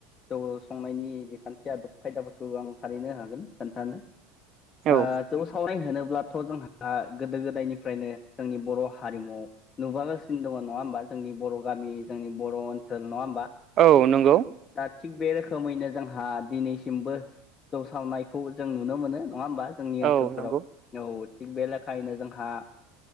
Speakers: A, on the left; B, on the right.
A: जौ संनायनि बेखान्थि आदब खायदाफोरखौ आं थारैनो हागोन खोन्थानो।
B: औ
A: ओ जौ सावनाय होनोब्लाथ' जोंहा गोदो गोदायनिफ्रायनो जोंनि बर' हारिमुआव नुबोागासिनो दङ नङा होमबा जोंनि बर' गामि जोंनि बर' ओनसोल नङा होमबा
B: औ नंगौ।
A: दा थिग बे रोखोमैनो जोंहा दिनैसिमबो जौ सावनायखौ जों नुनो मोनो नङा होमबा जोंनि ओनसोलफोराव
B: औ नंगौ
A: औ थिग बेले खायैनो जोंहा